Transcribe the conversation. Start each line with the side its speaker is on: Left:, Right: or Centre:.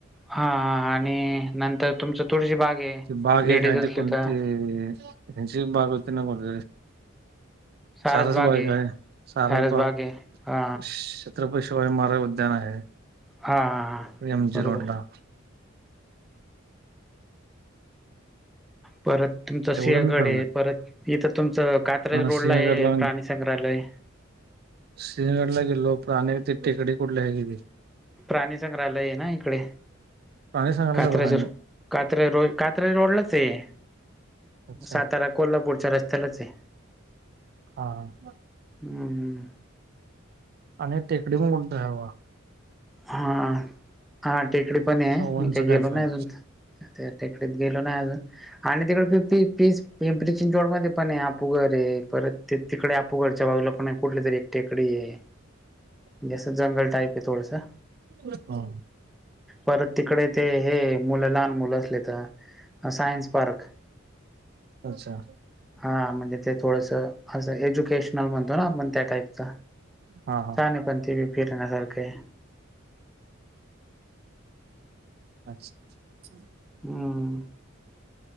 Centre: हा आणि नंतर तुमच तुळशी बाग आहे.
Right: त बाग
Centre: लेडीज
Right: आहे काय
Centre: असले
Right: ते कोणती
Centre: तर
Right: त्यांची बाग होते ना मग
Centre: सारस
Right: सारसबागय
Centre: बाग आहे
Right: सारसबाग
Centre: सारस बाग आहे हा
Right: छत्रपती शिवाज महाराज उद्यान आहे
Centre: हा हा
Right: एम
Centre: बरोबर
Right: जी रोड ला
Centre: परत तुमचं
Right: तेवढं
Centre: सिंहगड
Right: मी फिरलोय
Centre: आहे परत इथं तुमचं कात्राज
Right: हा
Centre: रोडला
Right: सिंहगडला
Centre: आहे प्राणीसग्रहालय
Right: श्रीगड ला गेलो प्र अ ति टेकडे कुठले आहे गे.
Centre: प्राणी संंग्रहालय आहे ना इकडे
Right: प्राणी सांगितले
Centre: कात्रशर
Right: बघा आणि
Centre: कात्र्या रो कात्र्या रोडलाच आहे
Right: अच्छा
Centre: सातारा कोल्हापूरच्या रस्त्यालाच आहे.
Right: हा.
Centre: हम्म.
Right: आणि टेकडी म बोलत हवा.
Centre: हा हा टेकडी पण आहे
Right: असं
Centre: मी
Right: उंच
Centre: काही
Right: कायतर
Centre: गेलो
Right: आहे
Centre: ना अजून त्या टेकडीत गेलो ना अज आणि तिकडे प पीस पिंपरीचीन जोड मध्ये पण आहे आपूग रे परत ते तिकडे आपू घडच्या बाजूला पण कुठली तरी एकटेकडी आहे.
Right: ह.
Centre: जसं जंगल टाईप आहे थोडसा
Right: हा.
Centre: परत तिकडे ते हे मुलं लहान मुलं असले तर सायन्स पार्क
Right: अच्छा.
Centre: हा म्हणजे ते थोडस असं एज्युकेशनल म्हणतो ना आपण त्या टाईपच.
Right: हा हा
Centre: चाणी पण ती बी फिरण्यासारखे
Right: अच्छा.
Centre: हम्म